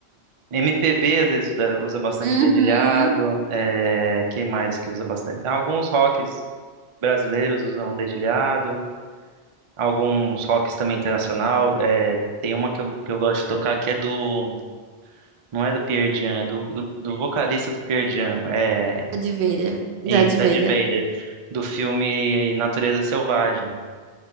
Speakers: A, on the right (about 50°); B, on the right (about 75°).
A: MPB às vezes usa usa bastante
B: Uhum.
A: dedilhado. É, que mais que usa bastante? Alguns rocks brasileiros usam dedilhado. Alguns rocks também internacional. É, tem uma que eu, que eu gosto de tocar que é do. Não é do Pearl Jam, é do, do, do vocalista do Pearl Jam. É,
B: Darth Vader.
A: é
B: Darth
A: isso,
B: Vader.
A: Ed Vader, do filme Natureza Selvagem.